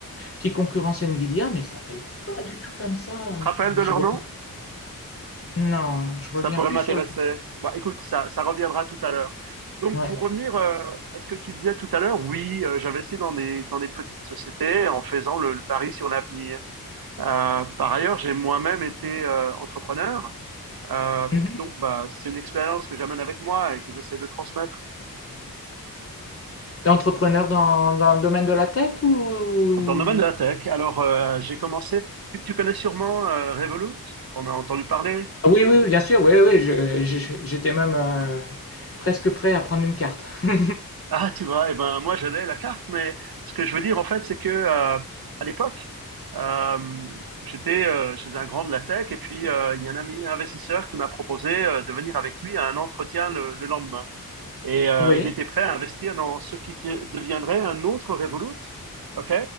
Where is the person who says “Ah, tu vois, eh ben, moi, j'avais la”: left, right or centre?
Right